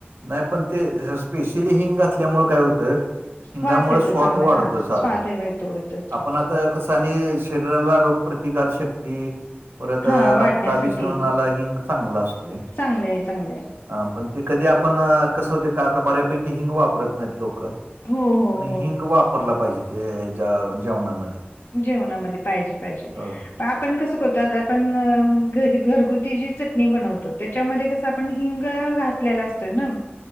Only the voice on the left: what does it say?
वास येतो
चांगला
हा
स्वाद हवा येतो होतो
तो
हा वाढण्यासाठी
चांगलं आहे चांगलं आहे
हो हो
हो
जेवणामध्ये पाहिजे पाहिजे.
आपण कसं करतो? आता आपण घरी घरगुती जी चटणी बनवतो त्याच्यामध्ये कस? ण हिंग घातलेला असतोय ना?